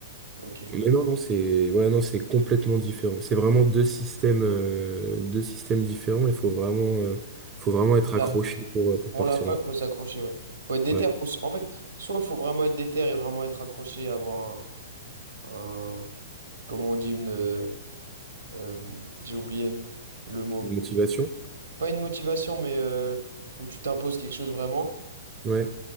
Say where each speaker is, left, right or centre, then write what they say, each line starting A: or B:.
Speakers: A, on the right (about 70°); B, on the right (about 20°).
A: Ok.
B: Mais non, non, c'est ouais, non, c'est complètement différent. C'est vraiment deux systèmes, euh, deux systèmes différents. Il faut vraiment, euh, faut vraiment être
A: Là,
B: accroché pour, euh, pour
A: pour
B: partir
A: la fac,
B: en.
A: faut s'accrocher, ouais. Faut être déter.
B: Ouais.
A: Ou s- En fait, soit faut vraiment être déter et vraiment être accroché, avoir un, un- comment on dit, une, euh, euh, j'ai oublié le mot.
B: Une motivation.
A: Pas une motivation, mais euh, où tu t'imposes quelque chose vraiment.
B: Ouais.